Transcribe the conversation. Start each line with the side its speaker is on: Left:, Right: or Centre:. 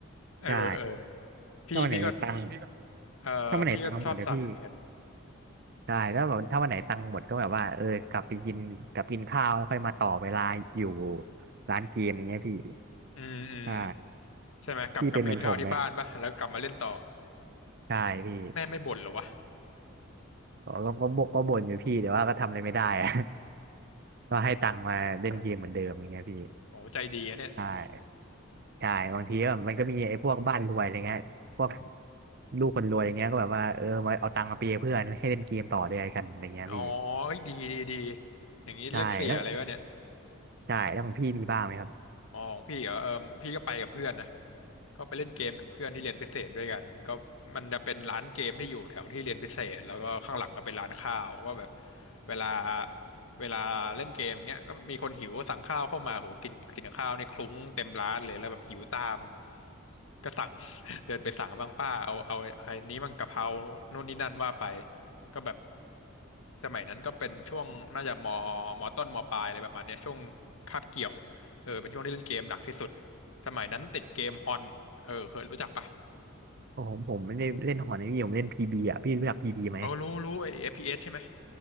Left: เออเออ
Right: ใช่
Left: พี่พี่ก็
Right: ถ้าวันไหนตังค์
Left: เออพี่ก็ชอบสั่งเหมือนกัน
Right: ถ้าวันไหนตังค์หมดเดี๋ยวพี่ใช่แล้วแบบถ้าวันไหนตังค์หมดก็แบบว่าเออกลับไปกินกลับกินข้าวแล้วค่อยมาต่อเวลาอยู่ร้านเกมอย่างเงี้ยพี่
Left: อืมอืมอืม
Right: ใช่
Left: ใช่ไหมกลับกลับไปกินข้าวที่บ้านป่ะแล้วกลับมาเล่นต่อ
Right: พี่เป็นเหมือนผมไหมใช่พี่
Left: แม่ไม่บ่นเหรอวะ
Right: ก็ก็ก็บ่ก็บ่นอยู่พี่แต่ว่าก็ทำอะไรไม่ได้อะ <laughs> ก็ให้ตังค์มาเล่นเกมเหมือนเดิมอย่างเงี้ยพี่
Left: โอ้ใจดีอะเนี่ย
Right: ใช่ใช่บางทีก็มันก็มีไอ้พวกบ้านรวยอะไรเงี้ยพวกลูกคนรวยอย่างเงี้ยก็แบบว่าเออมาเอาตังค์มาเปยเพื่อนให้เล่นเกมต่อด้วยกันอะไรเงี้ยพี่
Left: อ๋อเอ้ยดีดีดีอย่างนี้เล็กเสียอะไรวะเนี่ย
Right: ใช่แล้วใช่แล้วของพี่มีบ้างไหมครับ
Left: อ๋อของพี่เหรอเออพี่ก็ไปกับเพื่อนนะ ก็ไปเล่นเกมกับเพื่อนที่เรียนพิเศษด้วยกันก็มันจะเป็นร้านเกมที่อยู่แถวที่เรียนพิเศษแล้วก็ข้างหลังก็เป็นร้านข้าวก็แบบเวลาเวลาเล่นเกมเงี้ยก็มีคนหิวก็สั่งข้าวเข้ามาโหกินกินข้าวนี่คลุ้งเต็มร้านเลยแล้วแบบหิวตาม ก็สั่ง <laughs> เดินไปสั่งบ้างป้าเอาเอาไอ้นี้มันกะเพราโน่นนี่นั่นว่าไปก็แบบสมัยนั้นก็เป็นช่วงน่าจะมมต้นมปลายอะไรประมาณเนี้ยช่วงคาบเกี่ยวเออเป็นช่วงที่เล่นเกมหนักที่สุดสมัยนั้นติดเกมฮอน เออเคยรู้จักปะ
Right: โอ้โหผมไม่ได้เล่นหอนะพี่ผมเล่นพีบีอ่ะพี่รู้จักพีบีไหม
Left: เออรู้รู้ไอ้ FPS ใช่ไหม